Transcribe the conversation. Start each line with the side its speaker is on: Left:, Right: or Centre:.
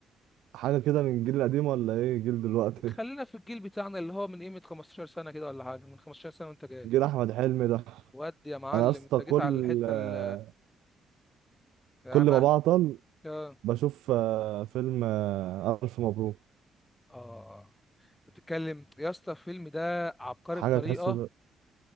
Right: حاجه كده من الجيل القديم ولا ايه جيل دلوقتي
Left: خلينا في الجيل بتاعنا اللي هو من قيمه 15 سنه كده ولا حاجه من 15 سنه وانت جاي
Right: جيل احمد حلمي ده
Left: ودي يا معلم
Right: انا يا اسطى
Left: انت
Right: كل
Left: جيت على الحته
Right: آه،
Left: ال يا
Right: كل
Left: محمد
Right: ما بعطل
Left: اه
Right: بشوف آه، فيلم آه، الف مبروك
Left: آه. بتتكلم يا اسطى الفيلم ده عبقري
Right: حاجه
Left: بطريقه
Right: تحس